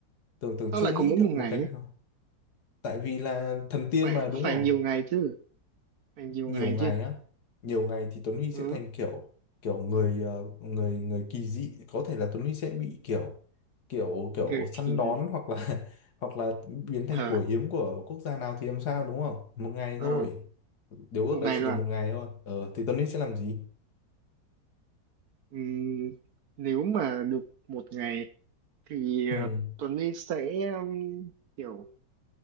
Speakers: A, on the left (about 65°); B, on the right (about 65°).
A: Tường Tường
B: Tao
A: chưa
B: lại
A: nghĩ
B: có mỗi
A: được
B: một
A: một
B: ngày
A: cái
B: ấy.
A: nào tại vì là thần tiên
B: Phải
A: mà đúng
B: phải
A: không
B: nhiều ngày chứ. Phải nhiều
A: nhiều
B: ngày
A: ngày
B: chứ.
A: á nhiều ngày thì Tuấn Huy
B: Ừ.
A: sẽ thành kiểu kiểu người ờ, người người kỳ dị có thể là Tuấn Huy sẽ bị kiểu kiểu kiểu
B: Người
A: săn
B: thì
A: đón hoặc là <laughs> hoặc là biến thành
B: ờ
A: của hiếm của quốc gia nào thì làm sao đúng không một ngày
B: ờ,
A: thôi điều ước
B: một
A: đấy
B: ngày
A: chỉ
B: là
A: được một ngày thôi ờ thì Tuấn Huy sẽ làm gì
B: Ừm, nếu mà được một ngày thì
A: ừ.
B: ờ, Tuấn Linh sẽ ừm, kiểu